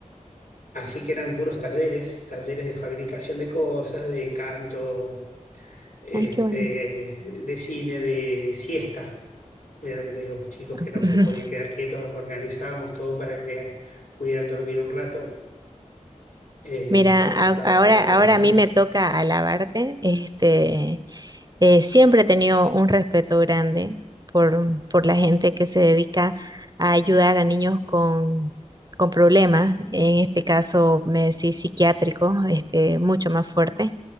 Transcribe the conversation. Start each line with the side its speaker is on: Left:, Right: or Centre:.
Left: Así que eran puros talleres, talleres de fabricación de cosas, de canto, este,
Right: ay, qué bueno.
Left: de cine, de siesta. Mira lo que te digo, chicos
Right: <laughs>
Left: que no se podían quedar quietos, organizábamos todo para que pudieran dormir un rato eh,
Right: Mira,
Left: por el
Right: a-
Left: estado
Right: ahora,
Left: de alteración.
Right: ahora a mí me toca alabarte. Este, eh, siempre he tenido un respeto grande por, por la gente que se dedica a ayudar a niños con, con problemas. En este caso, me decís psiquiátricos, este, mucho más fuertes